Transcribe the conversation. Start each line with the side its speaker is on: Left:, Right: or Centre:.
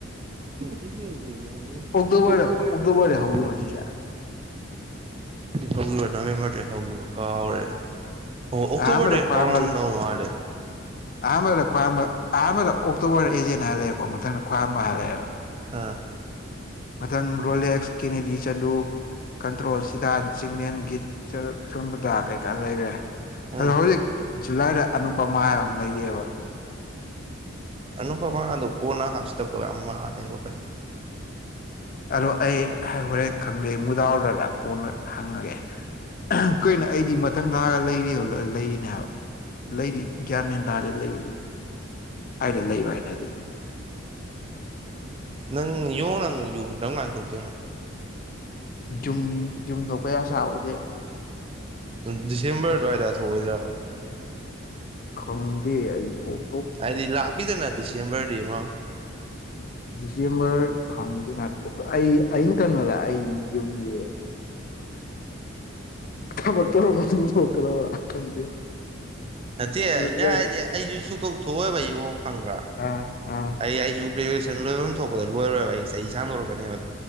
Right: ꯑꯦꯖꯦꯟ ꯗꯦ ꯃꯣꯏ
Left: ꯑꯣꯛꯇꯣꯕꯔꯗ
Right: ꯑꯣꯛꯇꯣꯕ꯭ꯔꯅꯦ
Left: ꯑꯣꯛꯇꯣꯕꯔꯗ
Right: ꯑꯣꯛꯇꯣꯕ꯭ꯔꯅꯦ
Left: ꯍꯧꯈꯤꯕ ꯁꯤꯁꯦ
Right: ꯍꯧꯈꯤꯕ ꯅꯕꯦꯝꯕ꯭ꯔꯗꯒꯤ ꯍꯧꯈꯤꯕ ꯀꯥꯎ ꯔꯦ ꯑꯣ ꯑꯣꯛꯇꯣꯕ꯭ꯔꯗꯩ
Left: ꯑꯍꯥꯟꯕꯗ ꯈ꯭ꯋꯥꯏꯔꯝꯕ
Right: ꯍꯧꯔꯝꯗꯧ ꯃꯥꯜꯂꯦ
Left: ꯑꯍꯥꯟꯕꯗ ꯈ꯭ꯋꯥꯝꯕ ꯑꯍꯥꯟꯕꯗ ꯑꯣꯛꯇꯣꯕ꯭ꯔ ꯑꯦꯖꯦꯟ ꯍꯥꯏ ꯂꯩꯀꯣ ꯃꯊꯪꯗ ꯈ꯭ꯋꯥꯝꯕ ꯍꯥ ꯂꯩꯔꯦ
Right: ꯑꯥ
Left: ꯃꯊꯪ ꯔꯣꯂꯦꯛꯁ ꯀꯦꯅꯦꯗꯤ ꯆꯅꯨ ꯀꯟꯇ꯭ꯔꯣꯜ ꯁꯤꯗꯥꯟ ꯆꯤꯡꯂꯦꯟ ꯒꯤꯠ <unintelligible> ꯀꯩꯀꯥ ꯂꯩꯔꯦ
Right: ꯎꯝ
Left: ꯑꯗꯣ ꯍꯧꯖꯤꯛ ꯖꯨꯂꯥꯏꯗ ꯑꯅꯨꯄꯃꯥ ꯍꯥꯏꯕ ꯑꯃ ꯂꯩꯔꯤꯑꯕ
Right: ꯑꯅꯨꯄꯥꯃꯥꯗꯣ ꯀꯣꯟꯅ ꯍꯥꯞꯁꯤꯗ <unintelligible>
Left: ꯑꯗꯣ ꯑꯩ ꯍꯣꯔꯦꯟ ꯈꯪꯗꯦ ꯃꯨꯗꯥꯎꯔꯔꯥ ꯀꯣꯟꯅ ꯍꯪꯉꯒꯦ ꯀꯩꯅꯣ ꯑꯩꯗꯤ ꯃꯊꯪ ꯊꯥꯒ ꯂꯩꯔꯤ ꯂꯩꯔꯤꯅꯦ ꯍꯥꯏꯕ ꯂꯩꯗꯤ ꯒ꯭ꯌꯥꯟ ꯃꯦꯟꯇꯥꯗꯦ ꯂꯩ <unintelligible> ꯂꯩꯕ ꯍꯥꯏꯅꯗꯤ ꯫ <inaudible>
Right: ꯅꯪ ꯌꯣꯡ ꯅꯪ ꯌꯨꯝ ꯀꯔꯝ ꯀꯥꯟ ꯊꯣꯛꯇꯣꯏꯅꯣ
Left: ꯨꯖꯨꯝ ꯌꯨꯝ ꯊꯣꯛꯄꯩ ꯑꯁꯥ ꯎꯗꯦ
Right: ꯎꯝ ꯗꯤꯁꯦꯝꯕ꯭ꯔ ꯑꯗꯨꯋꯥꯏꯗ ꯊꯣꯛꯑꯣꯏꯗ꯭ꯔꯥꯕ
Left: ꯈꯪꯗꯦ ꯑꯩ ꯊꯣꯛ
Right: ꯍꯥꯏꯗꯤ ꯂꯥꯞꯄꯤꯗꯅ ꯗꯤꯁꯦꯝꯕ꯭ꯔꯗꯤ ꯃ
Left: ꯗꯤꯁꯦꯝꯕ꯭ꯔ ꯈꯪꯗꯦ ꯉꯥꯏꯈꯣ ꯑꯝꯇꯥ ꯑꯩ ꯑꯩꯌꯤꯡ ꯀꯅꯣꯗ ꯑꯩ ꯌꯨꯝꯒꯤ <inaudible> ꯊꯕꯛ ꯇꯧꯔꯕ ꯌꯨꯝꯊꯣꯛꯇꯅꯕ ꯈꯪꯗꯦ
Right: ꯅꯠꯇꯦ ꯑꯩꯅ
Left: ꯅꯠꯇ꯭ꯔꯒ
Right: ꯍꯥꯏꯗꯤ ꯑꯩꯁꯨ ꯁꯨꯛꯇꯣꯛ ꯊꯣꯛꯑꯣꯏꯕ ꯌꯣꯡ ꯈꯪꯕ꯭ꯔꯥ
Left: ꯑꯥ ꯑꯥ
Right: ꯑꯩ ꯑꯩꯖꯨ ꯒ꯭ꯔꯦꯖꯨꯑꯦꯁꯟ ꯂꯣꯏꯕꯝ ꯊꯣꯛꯄꯗꯣ ꯂꯣꯏꯔꯣꯏꯕ ꯑꯩ ꯆꯍꯤ ꯁꯥꯡꯗꯣꯔꯛꯀꯅꯦꯕ